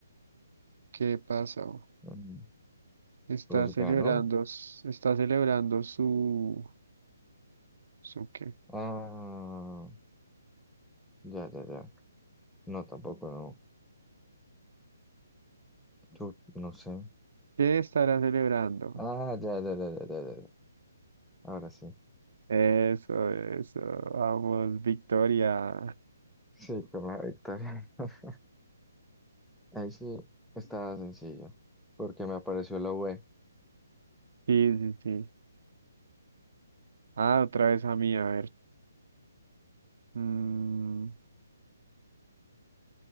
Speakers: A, on the right (about 60°); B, in the centre.
A: ¿qué pasó?
B: Mm,
A: Está
B: pues
A: celebrando,
B: ganó.
A: s- está celebrando su, su qué?
B: Ah, ya, ya, ya. No, tampoco, no. Tú, no sé.
A: ¿Qué estará celebrando?
B: Ah, ya, ya, ya, ya, ya, ya. ya. Ahora sí.
A: Eso, eso. Vamos, Victoria.
B: Sí, con la victoria. <laughs> Ahí sí estaba sencillo, porque me apareció la V.
A: Sí, sí, sí. Ah, otra vez a mí, a ver. Mm,